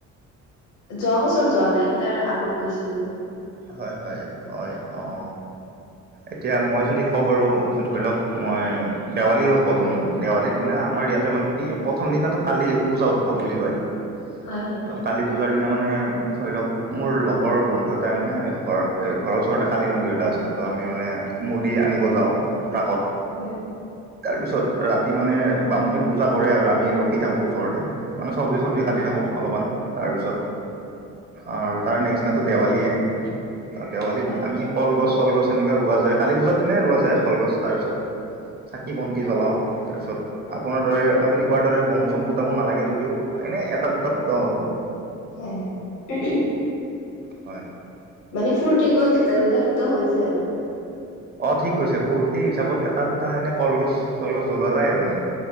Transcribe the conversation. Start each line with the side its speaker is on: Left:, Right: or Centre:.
Left: যোৱা বছৰ যোৱা নাই, তাৰ আগত গৈছিলো।
Right: হয়-হয়-হয় অ,
Left: <inaudible>
Right: এতিয়া মই যদি কওঁ বাৰু ধৰি লওক মই দেৱালী ক'লোঁ মানে দেৱালীৰ দিনা আমাৰ ইয়াত তাতে মানে কি,
Left: হয়
Right: প্ৰথম দিনো কালি পূজা উৎসৱ বুলি কয়।
Left: হয়-হয়।
Right: ত' কালি পূজাৰ দিনা মানে ধৰি লওক, মোৰ লগৰ বন্ধুত এটা তাই মানে ঘৰত অ‌, ঘৰৰ ওচৰতে কালী মন্দিৰ এটা আছে ত' আমি মানে মূৰ্তি আনিব যাওঁ। ট্ৰাকত,
Left: হয়।
Right: তাৰ পিছত ৰাতি মানে, বামুণে পূজা কৰে আৰু আমি ৰখি থাকো ওচৰতে। মানে চব্জি-চব্জি
Left: হয়
Right: কাটি থাকোঁ অলপমান তাৰপিছত আৰু তাৰ নেক্সত দিনাটো দেৱালীয়ে। দেৱালীত
Left: হয়
Right: আমি কলগছ, চলগছ তেনেকে ৰোৱা যায় কালি পূজাৰ দিনাই ৰোৱা যায়। কলগছ তাৰ পিছত চাকি বন্তি জ্বলাও তাৰ পিছত আপোনাৰ দৰে আপুনি কোৱাৰ দৰে বম চম ফুটাব নালাগে যদিও এনে এটা দুটা ফুটাও আৰু।
Left: হে হে <unintelligible>
Right: হয়-হয়।
Left: মানে ফূৰ্তি গত এটা দুটা ফুটা হৈ যায় আৰু।
Right: অ, ঠিক কৈছে ফূৰ্তিৰ হিচাপত এটা দুটা এনে কলগছ চলগছ জ্বলোৱা যায় আৰু এনেকে।